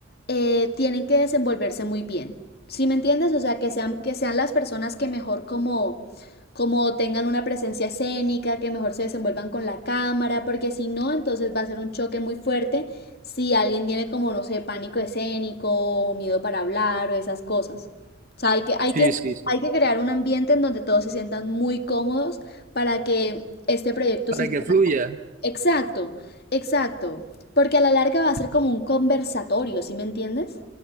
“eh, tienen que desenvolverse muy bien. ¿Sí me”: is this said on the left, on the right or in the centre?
Left